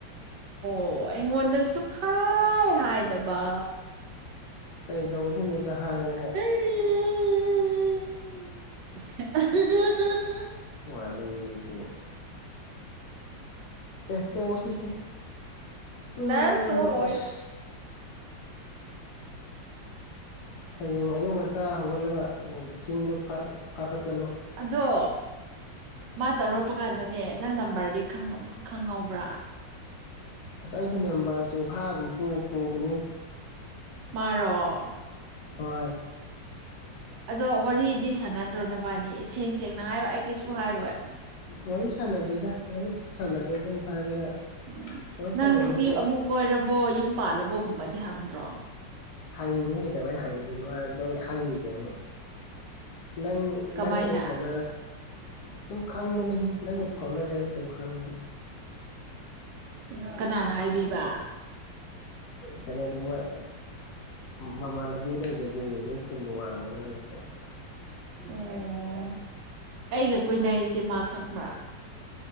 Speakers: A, on the right; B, on the left.
A: ꯑꯣ ꯑꯩꯉꯣꯟꯗ ꯁꯨꯨꯛꯍꯥꯏ ꯍꯥꯏꯗꯕ
B: ꯀꯩꯗꯧꯗꯣꯏꯅꯣꯗ ꯍꯥꯏꯔꯒ
A: ꯂꯧꯁꯤꯟꯕ ꯉꯝꯗꯕ ꯏꯁ ꯑꯍ ꯍ ꯍ
B: ꯋꯥꯔꯤꯗꯤ ꯆꯦ ꯇꯣꯛꯑꯁꯤ ꯁꯦ ꯎꯝ
A: ꯗꯥꯏꯔꯦꯛ ꯇꯣꯛꯑꯣꯏ
B: ꯑꯁ ꯍꯌꯦꯡ ꯑꯌꯨꯛ ꯉꯟꯇꯥ ꯍꯧꯒꯠꯂꯒ ꯎꯡ ꯏ ꯆꯤꯡꯗꯣ ꯐꯥꯠ ꯐꯠ ꯐꯠ ꯆꯠꯂꯨ
A: ꯑꯗꯣ ꯃꯥ ꯇꯧꯔꯛꯄ ꯀꯥꯟꯗꯅꯦ ꯅꯪ ꯅꯝꯕꯔꯗꯤ ꯈꯪ ꯈꯪꯍꯧꯕ꯭ꯔꯥ
B: ꯑꯁ ꯑꯩꯒꯤ ꯅꯝꯕꯔ ꯆꯤꯟꯐꯥ ꯑꯗꯨꯝ ꯄꯨ ꯄꯨꯕꯅꯦ
A: ꯃꯥꯔꯣ
B: ꯍꯣꯏ
A: ꯑꯗꯣ ꯋꯥꯔꯤꯗꯤ ꯁꯥꯟꯅꯗ꯭ꯔꯣ ꯅꯕꯥꯅꯤ ꯁꯦꯡ ꯁꯦꯡꯅ ꯍꯥꯏꯌꯣ ꯑꯩ ꯀꯩꯁꯨ ꯍꯥꯏꯔꯣꯏ
B: ꯋꯥꯔꯤ ꯁꯥꯟꯅꯗꯦꯗ ꯋꯥꯔꯤ ꯁꯥꯟꯅꯗꯦ ꯑꯗꯨꯝ ꯍꯥꯏꯔꯒ
A: ꯎꯝ
B: ꯀꯩꯅꯣ
A: ꯅꯪ
B: ꯇꯧꯈ꯭ꯔꯦ
A: ꯅꯨꯄꯤ
B: ꯈꯣꯠ
A: ꯑꯃꯨꯛ ꯀꯣꯏꯔꯕꯣ ꯌꯨꯝ ꯄꯥꯜꯂꯕꯣ ꯒꯨꯝꯕꯗꯤ ꯍꯪꯗ꯭ꯔꯣ
B: ꯍꯪꯗꯦꯍꯦ ꯀꯩꯗꯧꯕꯩ ꯍꯪꯗꯣꯏꯅꯣ ꯃꯥ ꯂꯣꯏ ꯈꯪꯉꯤꯗꯨꯕꯨ ꯅꯪ
A: ꯀꯃꯥꯏꯅ
B: ꯅꯪꯒꯥ ꯑꯗꯨꯝ ꯐꯥꯎꯅꯔ ꯑꯗꯨꯝ ꯈꯪꯕꯅꯤꯍꯦ ꯅꯪꯅ ꯐꯥꯎꯅꯔꯦ ꯍꯥꯏꯁꯨ ꯑꯗꯨꯝ ꯈꯪꯕꯅꯤ
A: ꯎꯝ ꯀꯅꯥꯅ ꯍꯥꯏꯕꯤꯕ
B: ꯀꯩꯅꯣꯗꯣ ꯃꯣꯏ ꯃꯃꯥꯟꯅꯕꯤ ꯂꯩꯗꯨꯗꯤ ꯅꯣꯏ ꯈꯨꯟꯒꯤ ꯋꯥꯡꯃꯗ ꯂꯩꯕꯗꯣ
A: ꯑꯣ ꯑꯩꯒ ꯀꯣꯏꯅꯔꯤꯁꯦ ꯃꯥ ꯈꯪꯕ꯭ꯔꯥ